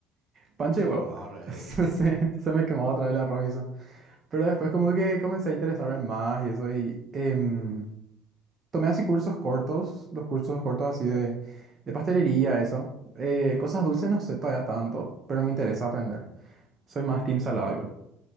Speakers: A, on the right; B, on the right.
A: Pancha
B: sé
A: y huevo.
B: que más ahora.
A: <laughs> Sí,
B: eh. <laughs>
A: se me quemaba otra vez el arroz y eso. Pero después como que comencé a interesarme más y eso y em, tomé así cursos cortos, los cursos cortos así de, de pastelería, eso. Eh, cosas dulces no sé todavía tanto, pero me interesa aprender. Soy más team salado igual.